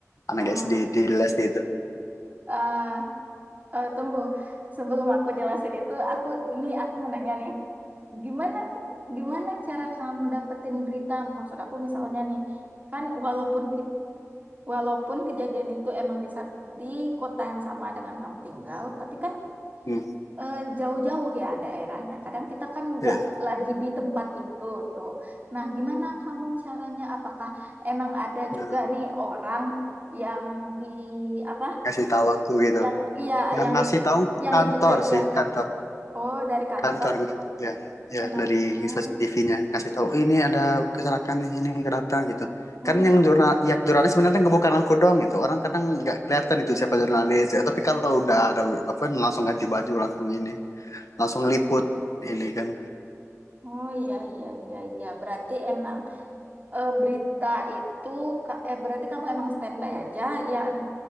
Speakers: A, on the left (about 75°); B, on the right (about 30°).
A: anak
B: eh,
A: SD di les itu?
B: eh, eh, tunggu. Sebelum aku jelasin itu, aku nih aku mau nanya nih. Gimana gimana cara kamu dapetin berita? Maksud aku misalnya nih, kan walaupun ki- walaupun kejadian itu emang di sat- di kota yang sama dengan kamu tinggal, tapi kan
A: Hmm,
B: eh, jauh-jauh ya daerahnya. Kadang kita kan nggak
A: ya.
B: lagi di tempat itu tuh. Nah, gimana kamu caranya? Apakah emang ada
A: Nah,
B: juga nih orang yang di apa?
A: ngasih tahu aku gitu.
B: Yang iya,
A: Yang
B: yang
A: ngasih
B: di
A: tahu
B: yang
A: kantor
B: dipekerjakan.
A: sih, kantor,
B: Oh, dari kantor
A: kantor gitu. Ya, ya
B: emang.
A: dari
B: hmm,
A: stasiun TV-nya ngasih tahu ini ada kecelakaan di sini nggak datang gitu.
B: hmm,
A: Kan yang jurnal, yang jurnalis sebenarnya nggak bukan aku doang gitu. Orang kadang nggak kelihatan itu siapa jurnalis. Ya, tapi kalau udah ada apa langsung ganti baju langsung ini, langsung liput ini kan.
B: Oh iya iya iya iya. Berarti emang eh, berita itu ka- eh berarti kamu emang standby aja yang